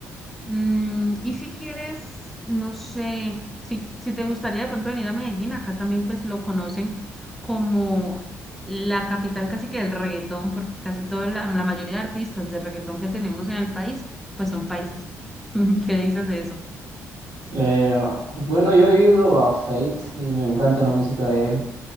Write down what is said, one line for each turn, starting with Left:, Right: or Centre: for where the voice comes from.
Centre: Mm, y si quieres, no sé, si, si te gustaría de pronto venir a Medellín, acá también pues lo conocen como la capital casi que del reggaetón, porque casi toda la, la mayoría de artistas de reggaetón que tenemos en el país, pues son paisas. <laughs> ¿Qué dices de eso?
Right: Eh, bueno, yo he ido a Fate y me encanta la música de él.